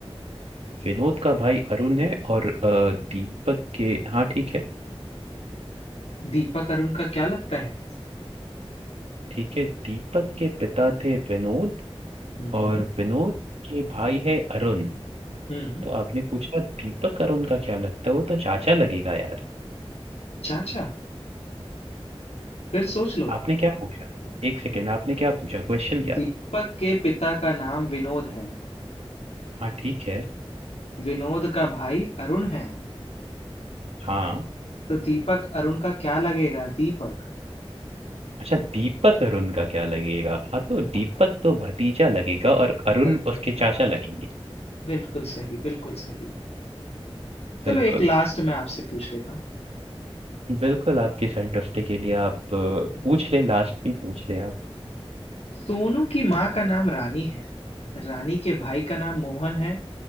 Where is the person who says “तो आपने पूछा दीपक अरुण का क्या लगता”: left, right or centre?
Right